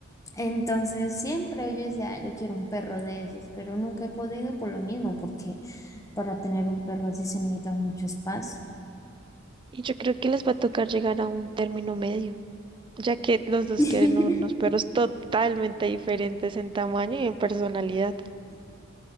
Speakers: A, on the left; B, on the right.
A: Entonces, siempre yo decía, "Ah, yo quiero un perro de esos, pero nunca he podido por lo mismo, porque para tener un perro así se necesita mucho espacio.
B: Y yo creo que les va a tocar llegar a un término medio. Ya que los dos
A: <laughs>
B: quieren unos perros totalmente diferentes en tamaño y en personalidad.